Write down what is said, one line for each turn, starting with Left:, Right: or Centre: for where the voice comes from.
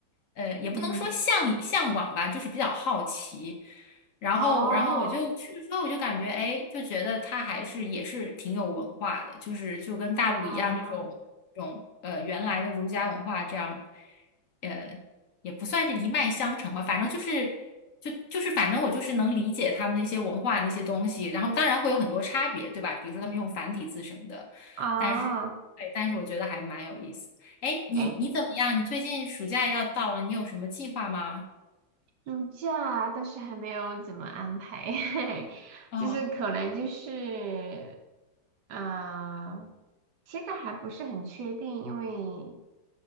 Left: 呃，也不能说向向往吧，
Right: 嗯，
Left: 就是比较好奇。然后，
Right: 哦，
Left: 然后我就去了之后，我就感觉，哎，就觉得他还是也是挺有文化的，就是就跟大陆一样，
Right: 啊、
Left: 这种这种呃原来的儒家文化这样，呃也不算是一脉相承吧，反正就是就就是反正我就是能理解他们那些文化那些东西，然后当然会有很多差别，对吧？比如说他们用繁体字什么的，
Right: 啊，
Left: 但是对，但是我觉得还蛮有意思。哎，你你怎么样？
Right: 哎、
Left: 你最近暑假要到了，你有什么计划吗？
Right: 暑假倒是还没有怎么安排，<laughs>
Left: 嗯。
Right: 就是可能就是，啊、现在还不是很确定，因为